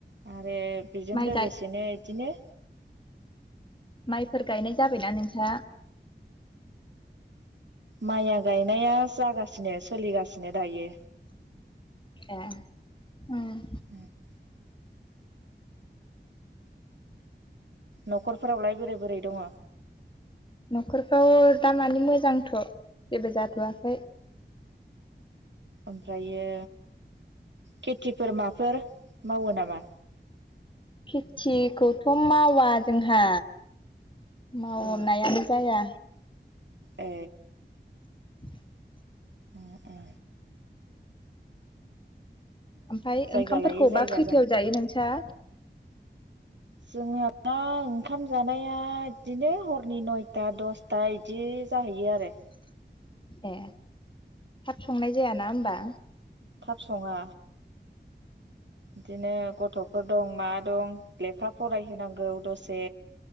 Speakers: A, on the right (about 75°); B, on the left (about 25°).
A: आरो बेजों
B: माइ
A: लोगोसेनो
B: गाय
A: बिदिनो
B: माइफोर गायनाय जाबायना नोंस्रा
A: माइया गायनाया जागासिनो सोलिगासिनो दायो
B: ए उम
A: ओमफ्राय न'खरफोरावलाय बोरै बोरै दङ
B: न'खरफ्राव दामानि मोजांथ' जेबो जाथ'वाखै
A: ओमफ्रायो खेथिफोर माफोर मावो नामा
B: खेथिखौथ' मावा जोंहा मावनायानो
A: अ
B: जाया
A: ए
B: <inaudible>
A: ए ए
B: ओमफ्राय
A: जायगा
B: ओंखामफोरखौबा
A: लायै जायगा
B: खैथायाव
A: जाहैबाय
B: जायो नोंस्रा
A: जोंहा दा ओंखाम जानाया बिदिनो हरनि नयथा दसथा इदि जाहैयो आरो
B: ए थाब संनाय जायाना? होमबा
A: थाब सङा बिदिनो गथ'फोर दं मा दं लेखा फरायहोनांगौ दसे